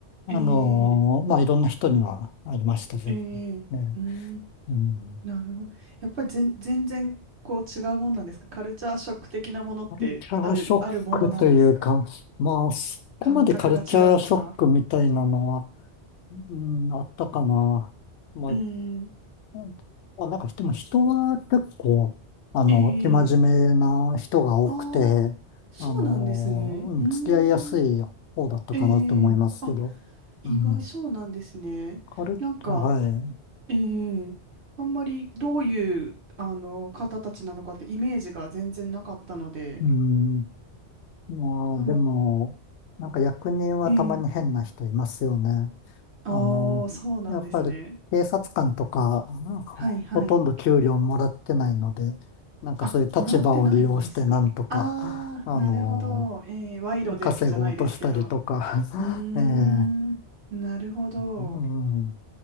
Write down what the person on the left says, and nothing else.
あのーまあ、
いろんな人にはありましたけど
ね。うん
カルチャーショックというか、
まあ、そこまでカルチャーショックみたいなのは、
うん、あったかな。まあ、
うんまあ、なんか、でも人は結構、あの、
生真面目な人が多くて、
あの、うん付き合いやすい方だったかなと思いますけど、
うん、
カル、
は
い、うん、まあ、
でも、なんか役人はたまに変な人いますよね。
あの、
やっぱり警察官とか、ほほとんど給料もらってないので、
なんかそういう立場を利用してなんとか、
あの、
稼ごうとしたりとか、
<laughs> えー
うん、